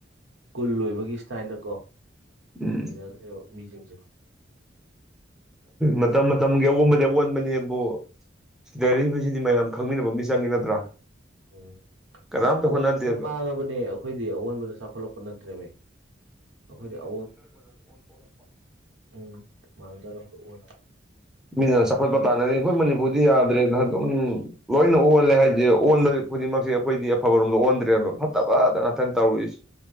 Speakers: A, on the right; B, in the centre.
A: ꯀꯨꯜ ꯂꯣꯏꯕꯒꯤ ꯁꯇꯥꯏꯜꯗ ꯀꯣ
B: ꯎꯝ
A: ꯂꯩꯅꯈ꯭ꯔꯦꯕ ꯃꯤꯁꯤꯡꯁꯦ
B: ꯃꯇꯝ ꯃꯇꯝꯒꯤ ꯑꯑꯣꯟꯕꯗꯤ ꯑꯑꯣꯟꯕꯅꯤ ꯑꯗꯨꯕꯨ ꯁꯤ ꯂꯩꯁꯤꯗꯤ ꯃꯌꯥꯝ ꯈꯪꯃꯤꯟꯅꯕ ꯃꯤ ꯆꯪꯉꯦ ꯅꯠꯇ꯭ꯔꯥ
A: ꯎꯝ
B: ꯀꯅꯥꯝꯇ
A: ꯑꯑꯣꯟꯕꯗ
B: ꯍꯣꯠꯅꯗꯦꯕ
A: ꯃꯥꯡꯉꯕꯅꯦ ꯑꯩꯈꯣꯏꯗꯤ ꯑꯑꯣꯟꯕꯗ ꯆꯥꯎꯈꯠꯂꯛꯄ ꯅꯠꯇ꯭ꯔꯦꯅꯦ ꯑꯩꯈꯣꯏꯗꯤ ꯑ ꯎꯝ ꯃꯥꯡꯖꯔꯝꯗꯣ ꯑꯣꯜꯂꯕ
B: ꯃꯤ ꯁꯐꯜ ꯄꯇꯥꯅꯦ ꯗꯤ ꯑꯩꯈꯣꯏ ꯃꯅꯤꯄꯨꯔꯗꯤ ꯌꯥꯗ꯭ꯔꯦꯅ ꯑꯗꯨꯝ ꯂꯣꯏꯅ ꯑꯣꯜꯂꯦ ꯍꯥꯏꯗꯤ ꯑꯣꯟꯗ ꯈꯨꯗꯤꯡꯃꯛꯁꯦ ꯑꯩꯈꯣꯏꯗꯤ ꯑꯐꯕꯔꯣꯝꯗ ꯑꯣꯟꯗ꯭ꯔꯦꯕ ꯐꯠꯇꯕꯠꯇ ꯉꯥꯛꯇꯪ ꯇꯧꯔꯨꯏꯁꯦ